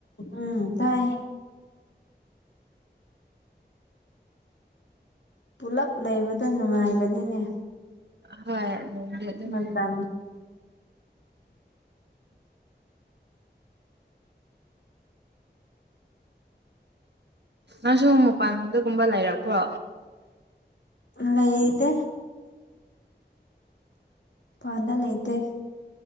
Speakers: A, on the left; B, on the right.
A: ꯎꯝ ꯇꯥꯏ ꯄꯨꯂꯞ ꯂꯩꯕꯗ ꯅꯨꯡꯉꯥꯏꯕꯅꯤꯅꯦ
B: ꯍꯣꯏ ꯅꯨꯡꯗꯤ ꯑꯗꯨꯝ
A: ꯃꯗ
B: ꯅꯨꯡꯉꯥꯏ ꯅ ꯁꯣꯃ ꯄꯗ ꯨꯝꯕ ꯂꯩꯔꯄ꯭ꯔꯣ
A: ꯂꯩꯗꯦ ꯄꯥꯅ ꯂꯩꯇꯦ